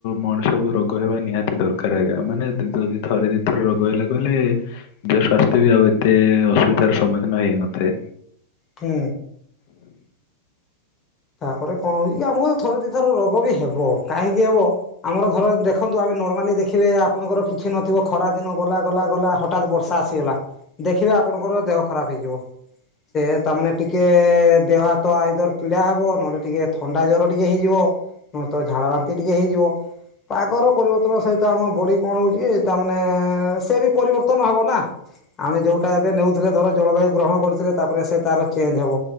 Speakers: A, on the left; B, on the left.
A: ମଣିଷକୁ ରୋଗ ହେବା ନିହାତି ଦରକାର ଅ ଆଜ୍ଞା ମାନେ ଦ ଯଦି ଥରେ ଦିଥର ରୋଗ ହେଲା କଲେ ଦେହ ସ୍ୱାସ୍ଥ୍ୟ ବି ଆଉ ଏତେ ଅସୁବିଧାର ସ ସମ୍ମୁଖୀନ ହେଇନଥିବେ।
B: ହୁଁ।
A: ହ
B: ତାପରେ କଣ ହଉଛି କି ଆମକୁ ଥରେ ଦିଥର ରୋଗ ବି ହେବ କାହିଁକି ହେବ। ଆମର ଧର ଦେଖନ୍ତୁ ଆମେ ନର୍ମାଲି ଦେଖିବେ ଆପଣଙ୍କର କିଛି ନଥିବ ଖରା ଦିନ ଗଲା ଗଲା ଗଲା ହଠତ୍ ବର୍ଷା। ଆସିଗଲା ଦେଖିବେ ଆପଣଙ୍କର ଦେହ ଖରାପ ହେଇଯିବ ସେ ତାମାନେ ଟିକେ ଦେହ ହାତ ଆଇଦର ପିଡା ହେ ବ ନହେଲେ ଟିକେ ଥଣ୍ଡା ଜର ଟିକେ ହେଇଯିବ ନହେଲେ ତ ଝାଡା ବାନ୍ତି ଟିକେ ହେଇଯିବ। ପାଗର ପରିବର୍ତ୍ତନ ସହିତ ଆମ ବଡି କଣ ହଉଛି କି ତାମାନେ ସେ ବି ପରିବର୍ତ୍ତନ ହବ ନା। ଆମେ ଯୋଉଟା ଏବେ ନେଉଥିଲେ ଧର ଜଳବାୟୁ ଗ୍ରହଣ କରିଥିଲେ ତାପରେ ସେ ତାର ଚେଞ୍ଜ ହବ।